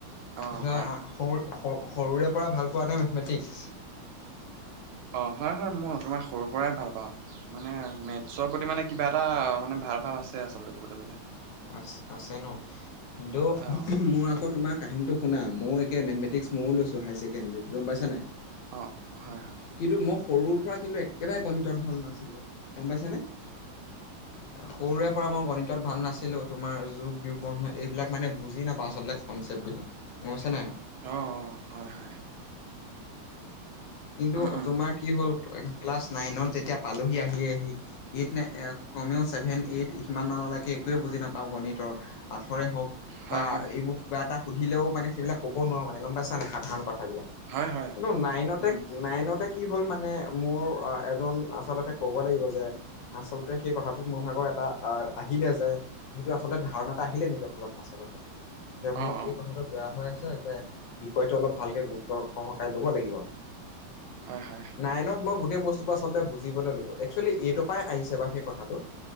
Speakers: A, on the right; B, on the left.
A: অ
B: এতিয়া
A: হয় হয়
B: সৰু সৰুৰে পৰা ভাল পোৱা ন মেথমেটিক্স
A: অ হয় হয় মই তোমাৰ সৰুৰ পৰাই ভাল পাওঁ মানে মেথছৰ প্ৰতি মানে কিবা এটা মানে ভাল ভাৱ আছে আচলতে কবলৈ গলে
B: আছে আছে ন কিন্তু
A: অ
B: মোৰ আকৌ তোমাৰ কাহিনীটো শুনা মই একে মেথেমেটিক্স মইয়ো লৈছো হায়াৰ ছেকেডেৰীত গম পাইছ নাই
A: অ হয় হয়
B: কিন্তু মই সৰুৰ পৰা কিন্তু একেবাৰে গণিতত ভাল নাছিলো গম পাইছানে সৰুৰে পৰা মই গণিতত ভাল নাছিল ছিলো তোমাৰ যোগ বিয়োগ পুৰণ হৰণ এইবিলাক মানে বুজি নাপাও আচলতে কনচেপ্ট বিলাক বুজিছা নাই।
A: অ অ হয় হয়
B: কিন্তু
A: উম উম
B: তোমাৰ কি হ'ল ক্লাছ নাইনত যেতিয়া পালোহি আহি আহি এইট নে কমেও ছেভেন এইট সিমান মানলৈকে একোৱে বুজি নাপাওঁ গণিতৰ আখৰে হওক
A: হয়
B: বা
A: হয়,
B: এইবোৰ কিবা এটা সুধিলেও মানে সেইবিলাক ক'ব নোৱাৰো মানে গম পাইছা নে সাধাৰণ কথাবিলাক
A: হয় হয়,
B: কিন্তু নাইনতে
A: উম,
B: নাইনতে কি হ'ল মানে মোৰ এজন আচলতে ক'ব লাগিব যে আচলতে সেই কথাটোত মোৰ ভাগৰ এটা আহ আহিলে যে সেইটো আচলতে ধাৰণা এটা আহিলে নিজৰ ফালৰ পৰা আচলতে যে মোৰ
A: অ', অ',
B: এই কথাটো বেয়া হৈ আছে যে বিষয়টো অলপ ভালকে গুৰুত্ব সহকাৰে লব লাগিব
A: হয় হয়
B: নাইনত মই গোটেই বস্তুবোৰ আচলতে বুজিবলৈ ল'লোঁ একচুৱেলি এইটোৰপই আহিছে বাৰু সেই কথাটো